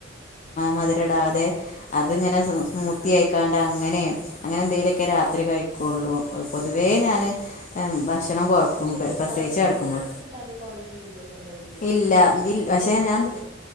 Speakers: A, on the left (about 40°); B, on the right (about 25°).
A: മധരടാതെ അതിങ്ങനെ
B: ആഹ് ആഹ്
A: സ്മൂത്തിയയിക്കാണ്ട് അങ്ങനെ അങ്ങനെ എന്തെലൊക്കെ രാത്രി കഴിക്കുള്ളൂ പൊതുവേ ഞാന് ഭക്ഷണം കൊറക്കും
B: പക്ഷെ തിന്നാതെ
A: പ്രസവിച്ച
B: നിന്ന്
A: കടക്കുമ്പോ
B: വിചാരിച്ചിട്ട് തടി കൊറയൊന്നുല്ല ചെലോര്
A: ഇല്ല
B: അത്
A: പക്ഷെ
B: വെറുതേണ്
A: ഞാൻ